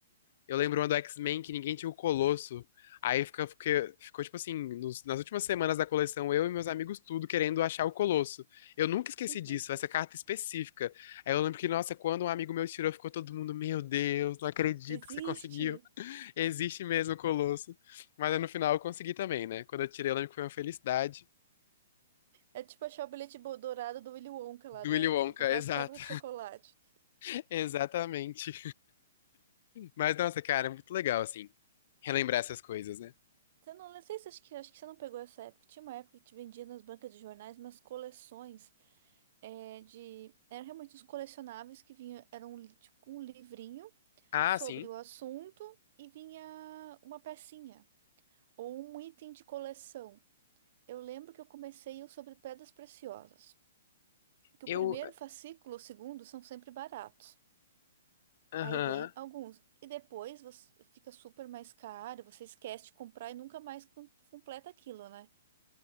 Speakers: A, on the left; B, on the right.
A: Eu lembro uma do X-Men que ninguém tinha o Colosso. Aí fica, fica- ficou, tipo assim, nos- nas últimas semanas da coleção, eu e meus amigos tudo querendo achar o Colosso. Eu nunca esqueci
B: <laughs>
A: disso, essa carta específica. Aí eu lembro que, nossa, quando um amigo meu tirou, ficou todo mundo, meu Deus, não acredito
B: existe!
A: que você conseguiu. Existe mesmo o Colosso. Mas aí no final eu consegui também, né? Quando eu tirei, eu lembro que foi uma felicidade.
B: É tipo achar o bilhete bo- dourado do Willy Wonka lá
A: Do
B: da,
A: Willy Wonka,
B: da Fantástica
A: exato.
B: Fábrica de Chocolate.
A: <laughs> Exatamente. Mas, nossa, cara, é muito legal, assim, relembrar essas coisas, né?
B: Você não, não sei se acho que, acho que você não pegou essa época. Tinha uma época que te vendia nas bancas de jornais umas coleções é, de. Eram realmente uns colecionáveis que vinha. Era um, li- tipo, um livrinho
A: Ah,
B: sobre
A: sim.
B: o assunto e vinha uma pecinha ou um item de coleção. Eu lembro que eu comecei o sobre pedras preciosas. Que
A: Eu.
B: o primeiro fascículo, o segundo, são sempre baratos.
A: Aham.
B: Aí vem alguns. E depois você fica super mais caro, você esquece de comprar e nunca mais com- completa aquilo, né?